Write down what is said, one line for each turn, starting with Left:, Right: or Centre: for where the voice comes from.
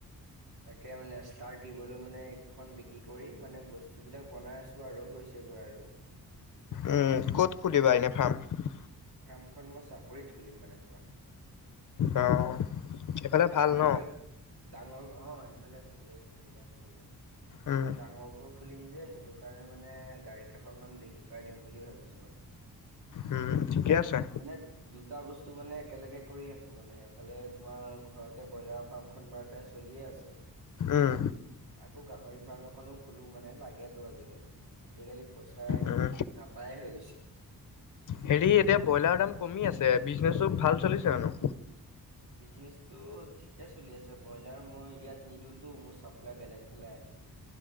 Right: তাকে মানে ইচতাৰত গলোঁ মানে এইকেইখন বিক্ৰী কৰি মানে বস্তুবিলাক বনাই আছোঁ আৰু হৈছে গৈ আৰু।
Left: উম ক'ত খুলিবা
Right: মানে
Left: এনে ফাৰ্ম?
Right: ফাৰ্মখন মই চাপৰিত খুলিম মানে তোমাৰ।
Left: অ', এইফালে
Right: মানে ডাঙৰকৈ
Left: ভাল ন?
Right: ডাঙৰ অ সেইফালে ভালেই। সুবিধা চুবিধা
Left: উম,
Right: মানে ডাঙৰকৈ খুলিম যে সেইটো কাৰণে মানে গাড়ী দুখন মান বিক্ৰী কৰাাই দিম বুলিও ভাবিছোঁ মানে।
Left: উম ঠিকে আছে।
Right: মানে দুটা বস্তু মানে একেলগে কৰি আছোঁ মানে এফালে তোমাৰ ঘৰতে ব্ৰইলাৰৰ ফাৰ্মখন বাৰতে চলিয়ে। আছে
Left: উম,
Right: আকৌ গাহৰি ফাৰ্ম এখনো খোলো মানে লাগেতো আজিকালি। আজিকালি পইচা
Left: উম,
Right: নাপায়ে হৈ গৈছিলোঁ।
Left: হেৰি এতিয়া ব্ৰইলাৰ দাম কমি আছে বিজনেচো ভাল চলিছেনো?
Right: বিজনেছটো ঠিকে চলি আছে ব্ৰইলাৰ মই ইয়াত নিদিওঁতো মোৰ চাপ্লাই বেলেগ ফালে। <inaudible>